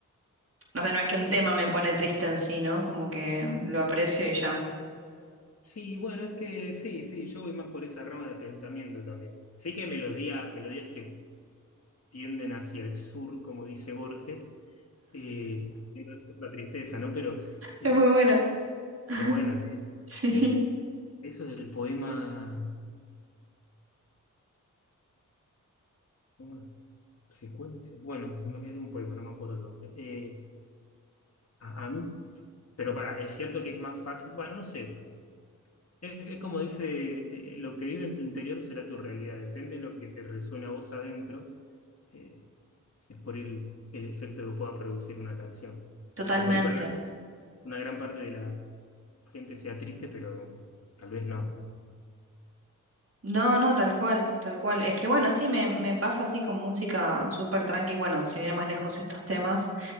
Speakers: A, on the right (about 45°); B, on the left (about 50°).
A: No sé, no es que un
B: cómo?
A: tema me pone triste en sí, ¿no? Como que lo aprecio y ya.
B: Sí, bueno, es que sí, sí, yo voy más por esa rama de pensamiento también. Sí que hay melodía, melodías que tienden hacia el sur, como dice Borges, eh, tienden al sur la tristeza, ¿no? Pero eh,
A: Es muy buena. <laughs>
B: es buena, sí.
A: Sí.
B: Eh, eso del poema, ¿cómo es? Secuencia. Bueno, no, es de un poema, no me acuerdo el nombre. Eh, a, a mí, pero para, es cierto que es más fácil, bueno, no sé. Es, es como dice, eh, lo que vive en tu interior será tu realidad, depende de lo que te resuena a vos adentro. eh, Es por el, el efecto que pueda producir una canción.
A: Totalmente.
B: Que por ahí para una gran parte de la gente sea triste, pero tal vez no.
A: No, no, tal cual, tal cual. Es que bueno, sí, me, me pasa así con música súper tranqui, bueno, sin ir más lejos estos temas.